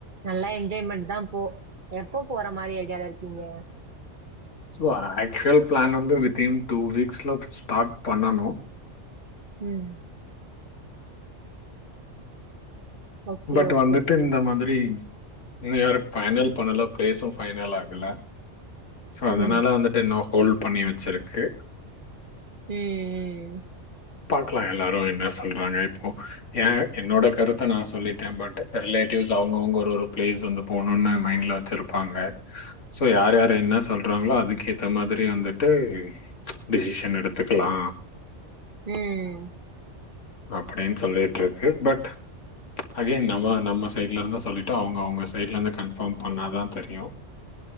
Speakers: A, on the right (about 45°); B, on the left (about 85°).
A: நல்லா என்ஜாய்மெண்ட் தா போ எப்ப போற மாரி ஐடியால இருக்கீங்க
B: சும்மா ஆக்சுவல் பிளான் வந்து வித்தின் டூ வீக்ஸ்ல ஸ்டார்ட் பண்ணனு
A: ம் ஓகே,
B: பட்
A: ஓகே.
B: வந்துட்டு இந்த மாதிரி நீ வேற ஃபைனல் பண்ணல பிளேஸு ஃபைனல் ஆகல சோ அதனால
A: ம்.
B: வந்துட்டு இன்னோ ஹோல் பண்ணி வெச்சிருக்கு
A: ம் ம்‌ ம்
B: பாக்லா எல்லாரு என்ன சொல்றாங்க இப்போ எ என்னோட கருத்தோ நா சொல்லிட்ட பட்டு ரிலேட்டிவ்ஸ் அவுங்கவுங்க ஒரு ஒரு பிளேஸ் வந்து போணுன்னு மைண்ட்ல வெச்சிருப்பாங்க சோ யார் யாரு என்ன சொல்றாங்ளோ அதுக்கேத்தா மாதிர் ரி வந்துட்டு டிசிஷன் எடுத்துக்கலா
A: ம்
B: அப்படின் சொல்லிட்ருக்கு பட்டு அகேய்ன் நம்ம நம்ம சைட்லருந்தோ சொல்லிட்டோ அவுங்க அவுங்க சைட்லருந்து கன்ஃபார்ம் பண்ணாதா தெரியு